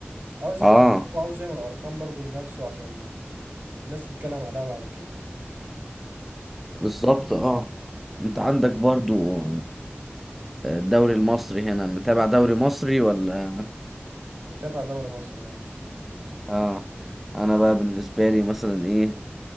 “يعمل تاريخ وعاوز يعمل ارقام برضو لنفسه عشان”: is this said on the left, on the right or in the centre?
Right